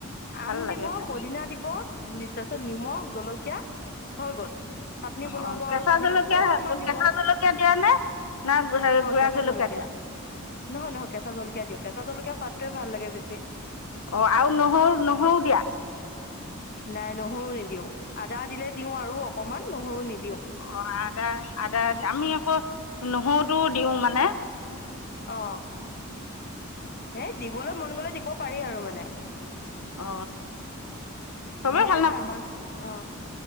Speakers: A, on the left; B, on the left.
A: ভাল
B: আম
A: লাগে
B: দিব
A: খাই
B: পদিনা দিব তাৰপিছত নিমখ জলকীয়া হৈ গ'ল চাটনি
A: অঁ
B: বনাব
A: কেঁচা
B: আৰু পানী
A: জলকীয়া
B: অকমান দিব
A: কেঁচা
B: আহ
A: জলকীয়া দিয়া নে না হেৰি গুড়া
B: কেঁচা জলকীয়া
A: দিয়া
B: নহয় নহয় কেঁচা জলকীয়া দিওঁ কেঁচা জলকীয়া সোৱাদটোৱে ভাল লাগে বেছি।
A: অ আৰু নহৰু-নহৰু দিয়া।
B: নাই নহৰু নিদিওঁ, আদা দিলে দিওঁ আৰু অকনমান নহৰু নিদিওঁ।
A: অ আদা-আদা আমি আকৌ নহৰুতো দিওঁ মানে।
B: অ, হেই দিবলৈ মন গলে দিব পাৰি আৰু মানে। <inaudible>
A: অ,
B: সেয়াই
A: ভাল নাপায়
B: আমাৰ অ,